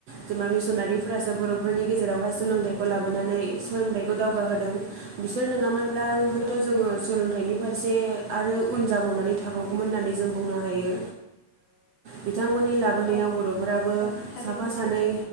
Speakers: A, on the right; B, on the left.
A: जेनबा मिसनारिफोरासो बर'फोरनि गेजेरावहाय सोलोंथाइखौ लाबोनानै सोलोंथाइखौ दावग होदों बिसोर नोङामोन अब्ला हयथ
B: औ
A: जोङो सोलोंथाइनि फारसे आरो उन जाबावनानै थाबावगौमोन होननानै जों बुंनो हायो बिथांमोननि लाबोनायाव
B: औ
A: बर' फोराबो
B: औ थारैनो
A: साफा सानै
B: सैथो